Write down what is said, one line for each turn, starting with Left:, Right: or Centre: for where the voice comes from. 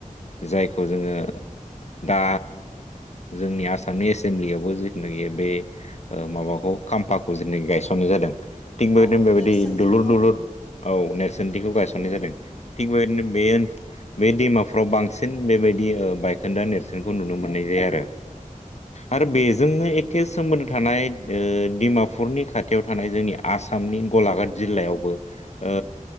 Left: जायखौ जोंङो दा जोंनि ओ आसामनि एसेमब्लियावबो जिथुनाखि बे ओ माबाखौ खाम्फाखौ जिनाखि गायसननाय जादों थिग बेबायदिनो
Right: औ
Left: बेबायदि
Right: नेरसोनथिखौ
Left: दुलुर दुलुर औ नेरसोनथिखौ गायसननाय
Right: उम
Left: जादों थिग बेबायदिनो बे बे दैमाफ्राव बांसिन बेबायदि दि बायखोन्दा नेरसोनखौ नुनो मोननाय जायो आरो। आरो बेजोंनो एखे सोमोन्दो थानाय ओ दिमा पुरनि खाथियाव थानाय जोंनि आसामनि गलाघाट जिल्लायावबो ओ